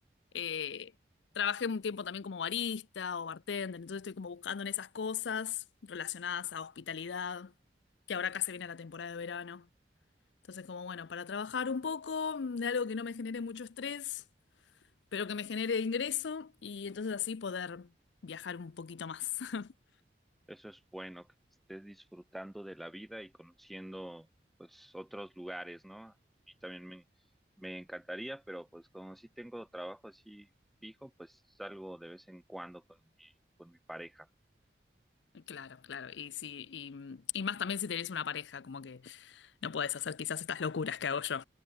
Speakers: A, on the left; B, in the centre.
A: eh, trabajé un tiempo también como barista o bartender, entonces estoy como buscando en esas cosas relacionadas a hospitalidad, que ahora acá se viene la temporada de verano. Entonces, como bueno, para trabajar un poco de algo que no me genere mucho estrés, pero que me genere ingreso y entonces así poder viajar un poquito más. <laughs>
B: Eso es bueno, que estés disfrutando de la vida y conociendo, pues, otros lugares, ¿no? A mí también me, me encantaría, pero pues como sí tengo trabajo así fijo, pues salgo de vez en cuando con mi, con mi pareja.
A: Claro, claro. Y si, y, y más también si tenés una pareja, como que no podés hacer quizás estas locuras que hago yo.